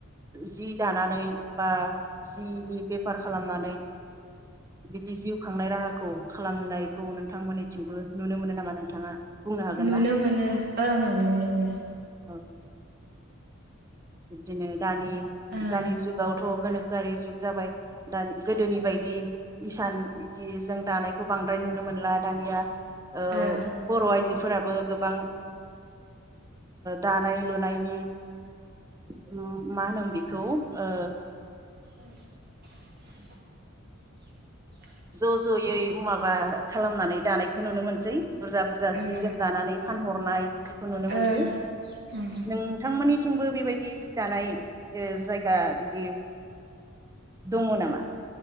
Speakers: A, on the right; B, on the right.
A: जि दानानै बा जिनि बेफार खालामनानै बिदि जिउ खांनाय राहाखौ खालामनायखौ नोंथांमोननिथिंबो नुनो मोनो नामा नोंथाङा? बुंनो हागोन
B: नुनो
A: ना
B: मोनो ओं ओं नुनो मोनो
A: औ बिब्दिनो दानि
B: ओं
A: दानि जुगावथ' गोनोखोआरि जुग जाबाय दानि गोदोनि बायदि इसान बिदि जों दानायखौ बांद्राय नुनो मोनला दानिया ओ
B: ओं
A: बर' आइजो फोराबो गोबां दानाय लुनायनि उम मा होनोम बेखौ ओ
B: <inaudible> <inaudible>
A: ज' ज'यै माबा खालामनानै दानायखौ नुनो मोनसै बुरजा बुरजा
B: ओं
A: जि जोम दानानै फानहरनाय बिदिखौ नुनो मोनसै
B: ओं ओं
A: नोंथांमोननिथिंबो बेबायदि जि दानाय ओ जायगा बिदि दङ नामा